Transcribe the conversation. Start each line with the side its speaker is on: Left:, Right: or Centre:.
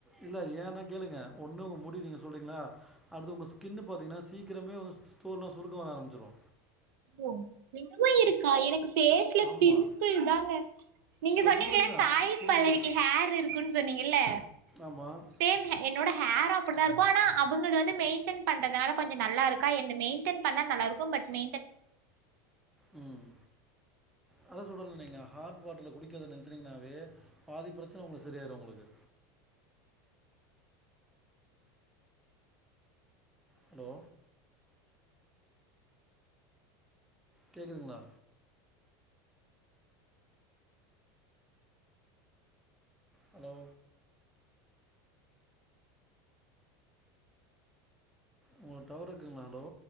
Centre: இல்ல ஏனா கேளுங்க ஒன்னு உங்க முடி நீங்க சொல்றீங்ளா அடுத்து உங்க ஸ்கின்னு பாத்தீங்னா சீக்கிரமே வந்து ஸ் தோல்லா சுருக்கோ வர ஆரம்பிச்சிரு
Right: ஓ இன்னமு இருக்கா எனக்கு ஃபேஸ்ல
Centre: ஆமாம்
Right: பிம்பிள் தாங்க நீங்க
Centre: அது
Right: சொன்னீங்கல்ல
Centre: சுடுதண்ணி தான்
Right: சாய்பல்லவிக்கு
Centre: சுடுதண்ணி தான்
Right: ஹேர் இருக்குன் சொன்னீங்கில்ல
Centre: ஆமாம்
Right: சேம் எ என்னோட ஹேரு அப்டி தா இருக்கு ஆனா அவுங்கள்து வந்து மெய்ன்டென் பண்றதால கொஞ்ச நல்லாருக்கா என்து மெய்ன்டென் பண்ணா நல்லாருக்கு பட் மெய்ன்டன்
Centre: ம்
Right: ஆ
Centre: அதா சொல்றேன்லங்க ஹாட் வாட்டர்ல குளிக்கிறத நிறுத்துனீங்கனாவே பாதி பிரச்சனை உங்களுக்கு சரியாயிடு உங்களுக்கு
Right: அ
Centre: ஹலோ கேக்குதுங்களா ஹலோ உங்களுக்கு டவர் இருக்குங்களா ஹலோ